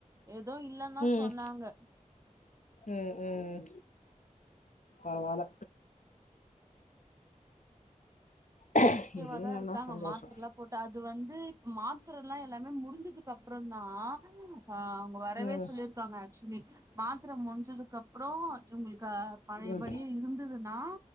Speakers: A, on the right; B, on the left.
A: ஏது இல்லன் தா
B: ம்
A: சொன்னாங்க
B: ம் ம் பரவால்ல <inaudible>
A: ஆக்டிவாதா
B: இல்லன்னா
A: இருக்காங்க
B: சந்தோஷோ
A: மாத்தரல்லா போட்டு அது வந்து மாத்தர எல்லா எல்லாமே முடிஞ்சதுக்கு அப்புறந்தா ஆ அவுங்க வரவே
B: ம்
A: சொல்லியிருக்காங்க ஆக்சுவலி மாத்தர முடிஞ்சதுக்கு அப்றோ இவங்களுக்கு பழயபடி
B: ம்
A: இருந்ததுன்னா